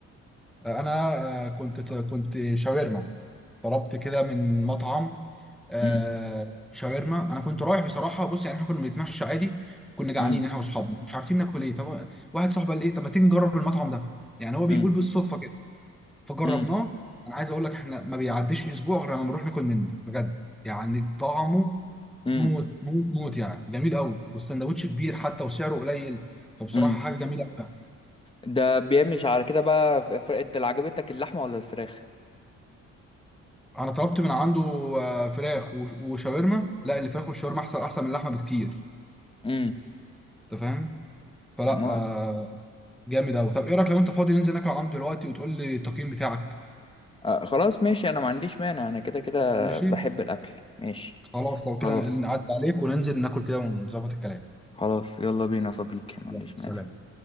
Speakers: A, in the centre; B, on the left (about 15°).
A: انا آه، كنت كنت شاورما طلبت كده من مطعم آه،
B: مم،
A: شاورما انا كنت رايح بصراحه بص يعني احنا كنا بنتمشى عادي كنا جعانين
B: مم،
A: احنا واصحابنا مش عارفين ناكل ايه فواحد صاحبي قال ايه طب ما تيجي نجرب المطعم ده يعني هو بيقول
B: مم،
A: بالصدفه كده فجربناه
B: مم،
A: انا عايز اقول لك احنا ما بيعديش اسبوع غير لما بنروح ناكل منه بجد يعني طعمه
B: مم،
A: موت موت موت يعني جميل قوي والسندوتش كبير حتى وسعره قليل فبصراحه
B: مم.
A: حاجه جميله قوي يعني.
B: ده بيمشي على كده بقى ف- انت اللي عجبتك اللحمه ولا الفراخ
A: انا طلبت من عنده آه، فراخ وش- وشاورما لا الفراخ والشاورما احسن احسن من اللحمه بكتير
B: امم
A: انت فاهم فلا
B: ما
A: آه، جامد قوي طب ايه رايك لو انت فاضي ننزل ناكل عنده دلوقتي وتقول لي التقييم بتاعك
B: آه خلاص ماشي انا ما عنديش مانع انا كده كده
A: ماشي
B: بحب الاكل ماشي
A: خلاص لو كده
B: خلاص
A: نعدي عليك وننزل ناكل كده ونظبط الكلام
B: خلاص يلا بينا يا صديقي ما
A: يلا،
B: عنديش
A: سلام
B: مانع